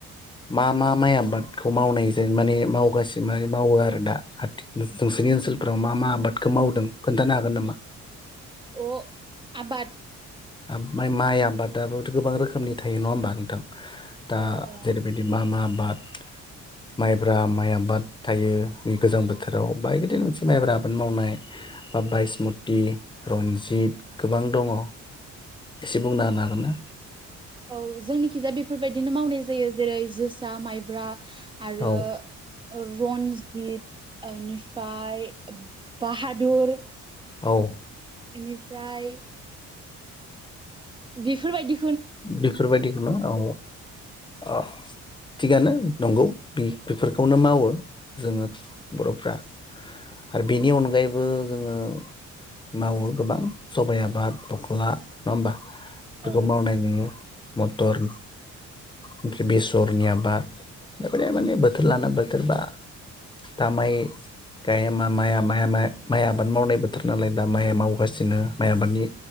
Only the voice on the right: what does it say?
अह आबाद
अ अ
औ जोंनिखिजाया बेफोरबायदिनो मावनाय जायो जेरै- जोसा माइब्रा आरो
ओ रन्जित ओ बेनिफ्राय बाहादुर
इनिफ्रायाइ बेफोरबायदि
औ औ